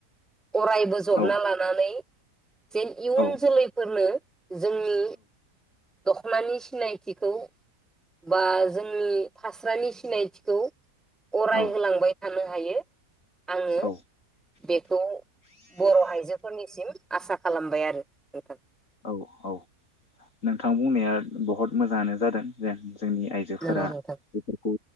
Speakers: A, in the centre; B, on the left.
A: अराय बजना
B: औ
A: लानानै जेन इयुन
B: औ
A: जोलैफोरनो जोंनि दखनानि सिनायथिखौ बा जोंनि फास्रानि सिनायथिखौ अराय
B: औ
A: होलांबाय थानो हायो। आङो
B: औ
A: बेख खौ बर आइजोफोरनिसिम आसा खालामबाय आरो नोंथां
B: औ औ नोंथां बुंनाया बुहुत मोजाङानो जादों जेन जोंनि आइजोफोरा
A: नंगौ नोंथां
B: बेफोरखौ